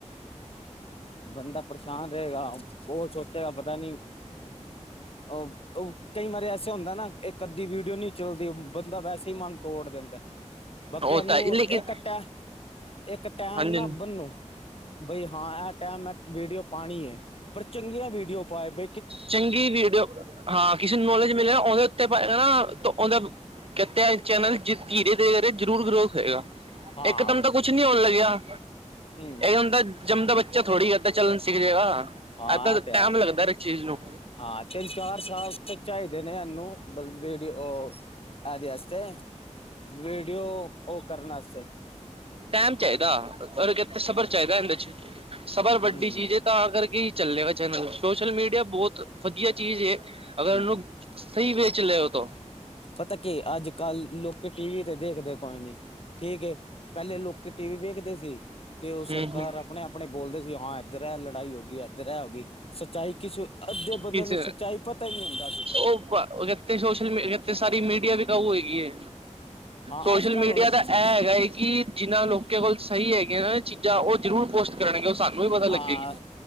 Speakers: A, on the left; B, on the right.
A: ਬੰਦਾ ਪਰੇਸ਼ਾਨ ਰਹੇਗਾ ਉਹ ਸੋਚੇਗਾ ਪਤਾ ਨੀ, ਉਹ ਉਹ ਕਈ ਮਰਿਆ ਸੀ, ਥ ਹੁੰਦਾ ਨਾ ਅੱਧੀ ਵੀਡੀਓ ਨਹੀਂ ਚੱਲਦੀ ਬੰਦਾ ਵੈਸੇ ਹੀ ਮਨ ਤੋੜ ਦਿੰਦਾ ਬਾਕੀ
B: ਹੋਤਾ
A: ਇਹਨੂੰ
B: ਹੈ ਲੇਕਿਨ
A: ਇਹ ਕੱਟਾ ਇੱਕ ਟੈਮ
B: ਹਾਂਜੀ
A: ਨਾ ਬਨੂੰ ਬਈ ਹਾਂ ਇਹ ਟੈਮ ਮੈਂ ਵੀਡੀਓ ਪਾਣੀ ਹੈ ਪਰ ਚੰਗੀਆਂ ਵੀਡੀਓ ਪਾਏ ਬ
B: ਚੰਗੀ ਵੀਡੀਓ ਹਾਂ ਕਿਸੇ ਨੂੰ ਨੌਲੇਜ ਮਿਲਿਆ ਉਹਦੇ ਉੱਤੇ ਹਨਾ ਉਹਦਾ ਕਹ ਚੈਨਲ ਜੇ ਧੀਰੇ ਦੇ ਕਰੇ ਜ਼ਰੂਰ ਵਿਰੋਧ ਹੋਏਗਾ
A: ਹਾਂ
B: ਇਕਦਮ ਤਾਂ ਕੁਛ ਨੀ ਹੋਣ ਲੱਗਿਆ
A: ਹਮ
B: ਇਕਦਮ ਤਾਂ ਜੰਮਦਾ ਬੱਚਾ ਥੋੜ੍ਹੀ ਏਦਾਂ ਚੱਲਣਾ ਸਿੱਖ ਜਾਏਗਾ
A: ਹਾਂ
B: ਟਾਈਮ
A: ਇਹ ਤੇ ਹੈ
B: ਲੱਗਦਾ ਚੀਜ਼ ਨੂੰ
A: ਹਾਂ ਚੱਲ ਚਾਰ ਸਾਲ ਤੱਕ ਚਾਹੀਦਾ ਦੇ ਨੇ ਹਨਨੂੰੜ ਉਹ ਆਦਿ ਵਸਤੇ ਵੀਡੀਓ ਓ ਕਰਨਾਸ
B: ਟੈਮ ਚਾਹੀਦਾ ਉਹ ਸਬਰ ਚਾਹੀਦਾ ਇਹਦੇ ਚ ਸਬਰ ਵੱਡੀ
A: ਹਮ
B: ਚੀਜ਼ ਹੈ ਤਾਂ ਅਗ ਕੀ ਚੱਲੇਗਾ ਚੈਨਲ ਸੋਸ਼ਲ ਮੀਡੀਆ ਬਹੁਤ ਵਧੀਆ ਚੀਜ਼ ਅਗਰ
A: ਹਮ
B: ਉਹਨੂੰ ਸਹੀ ਵੇਚ ਲਓ ਤਾਂ
A: ਪਤਾ ਕੀ ਅੱਜ ਕੱਲ੍ਹ ਲੋਕ ਟੀ ਵੀ ਤੇ ਦੇਖਦੇ ਕੋਈ ਨੀ ਠੀਕ ਏ ਪਹਿਲੇ ਲੋਕੀ ਟੀ ਵੀ ਵੇਖਦੇ ਸੀ। ਤੇ ਉਹ ਸਰਕਾਰ
B: ਹੂੰ ਹੂੰ
A: ਆਪਣੇ-ਆਪਣੇ ਬੋਲਦੇ ਸੀ ਹਾਂ ਇੱਧਰ ਹੈ ਲੜਾਈ ਹੋ ਗਈ ਇੱਧਰ ਇਹ ਹੋ ਗਈ ਸੱਚਾਈ ਕਿਸੇ, ਅੱਧੇ ਬੰਦੇ
B: ਕਿਸ
A: ਨੂੰ ਸੱਚਾਈ ਪਤਾ ਹੀ ਨਹੀਂ ਹੁੰਦਾ ਸੀ
B: ਉਹ-ਉਹ ਕ ਸੋਸ਼ਲ ਮੀਡੀਆ ਤੇ ਸਾਰੀ ਮੀਡੀਆ ਵੀਕਊ ਹੈਗੀ ਹੈ,
A: ਹਾਂ
B: ਸੋਸ਼ਲ
A: ਅੱਜ ਕੱਲ
B: ਮੀਡੀਆ
A: ਹੁਣ
B: ਤਾਂ ਇਹ ਹੈਗਾ ਹੈ ਕਿ ਜਿੰਨਾ ਲੋਕ ਕੋਲ ਸਹੀ ਹੈਗੀ। ਚੀਜ਼ਾਂ ਉਹ ਜ਼ਰੂਰ ਪੋਸਟ ਕਰਨਗੇ ਉਹ ਸਾਨੂੰ, ਵੀ ਪਤਾ ਲੱਗੇਗੀ
A: ਹਾਂ